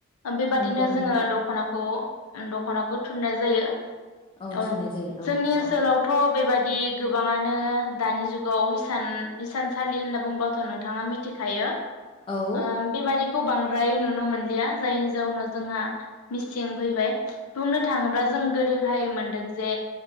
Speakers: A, on the left (about 85°); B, on the left (about 25°).
A: बेबादिनो
B: नंगौ नोंथां
A: जोङो दखनाखौ दख'नाखौ थुननाय जायो
B: औ थुननाय जायो
A: जोंनि ओनसोलावथ'
B: औ
A: बेबायदि गोबाङानो नो दानि जुगाव हिसानसालि होनना बुंबाथ' नोंथाङा मिथिखायो ओ
B: औ
A: बेबादि खौ बांद्राय नुनो मोनलिया जायनि जाहोनाव जोंहा मिसिं फैबाय बुंनो थाङोब्ला जों गोदोहाय मोनदों जे